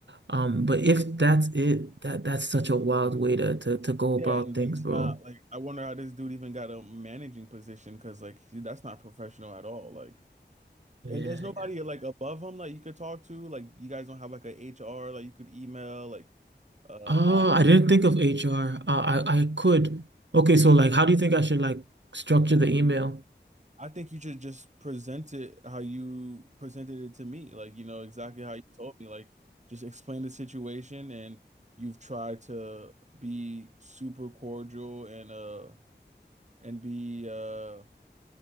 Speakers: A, on the right; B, on the right.
A: Um, but if that's it, that that's such a wild way to to, to go about
B: Yeah, and
A: things,
B: that's
A: bro.
B: not like I wonder how this dude even got a managing position because like he- that's not professional at all. Like,
A: Yeah.
B: and there's nobody
A: yeah.
B: like above him like you could talk to. Like, you guys don't have like a HR like you could email. Like, uh,
A: Oh,
B: I
A: I didn't think of HR. Uh, I I could. Okay, so like, how do you think I should like structure the email?
B: I think you should just present it how you presented it to me. Like, you know exactly how you told me. Like, just explain the situation and you've tried to be super cordial and uh and be uh.